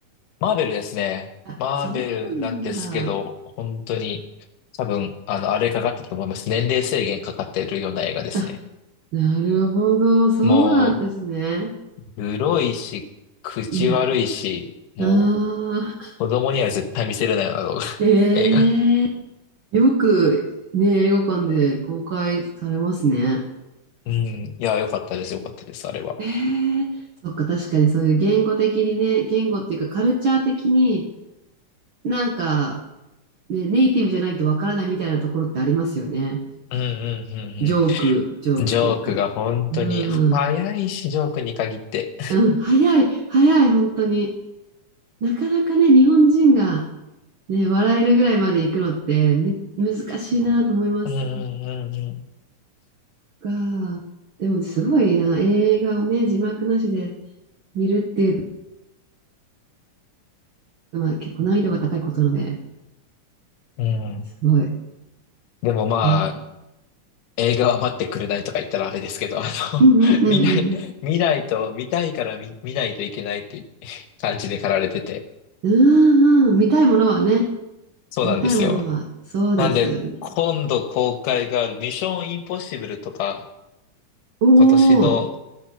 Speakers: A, on the left; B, on the right.
A: マーベルですね。
B: あ、
A: マーベルなんですけど、
B: そうなんだ。
A: 本当に多分、あの、あれかかってたと思います。年齢制限かかってるような映画ですね。
B: あ、なるほど。そうなんですね。
A: もう、黒いし、口悪いし、
B: う
A: も
B: ん。ああ、
A: う、子供には絶対見せれないような動画
B: ええー
A: <laughs> 映画。
B: よくね、映画館で公開されますね。
A: うん。いや、よかったです、よかったです、あれは。
B: ええそっか、確かにそういう言語的にね、言語っていうかカルチャー的になんか、ね、ネイティブじゃないとわからないみたいなところってありますよね。
A: うんうんうん
B: ジョーク、ジョークというか。
A: うん。ジョークが本当に早いし、
B: うん
A: ジョークに限って。
B: うん、早い、早い、本当に。なかなかね、日本人が、ね、笑えるぐらいまで行くのってめ、難しいなと思います。
A: うんうん
B: が、でもすごいな、映画をね、字幕なしで見るっていうのは結構難易度が高いことなので、
A: うんうん。うん。
B: すごい。
A: でもまあ、
B: えー
A: 映画は待ってくれないとか言ったらあれですけど、あの、
B: うんうんうんうん。
A: <laughs> 見ない、見ないと、見たいから見、見ないといけないって感じで駆られてて。
B: うんうん、見たいものはね、
A: そうなんですよ。
B: 見たいものは、そうですよね。
A: なんで、今度公開があるミッションインポッシブルとか、
B: お
A: 今年の、
B: ー、